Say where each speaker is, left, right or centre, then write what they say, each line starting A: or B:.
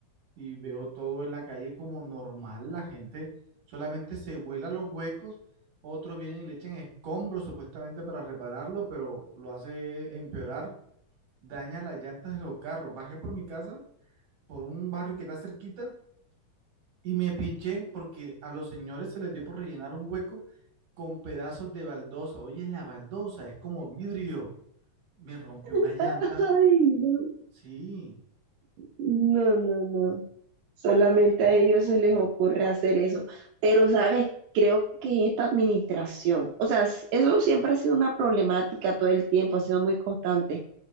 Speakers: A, on the right; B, on the right.
A: y veo todo en la calle como normal. La gente solamente se vuela los huecos. Otros vienen y le echan escombros supuestamente para repararlo, pero lo hace empeorar daña las llantas de los carros. Bajé por mi casa, por un barrio que está cerquita, y me pinché porque a los señores se les dio por rellenar un hueco con pedazos de baldosa. Oye, la baldosa es como vidrio. Me rompió una
B: <laughs>
A: llanta.
B: Ay, no,
A: Sí.
B: no, no, no. Solamente a ellos se les ocurre hacer eso. Pero, ¿sabes? Creo que esta administración, o sea, s- eso siempre ha sido una problemática todo el tiempo, ha sido muy constante.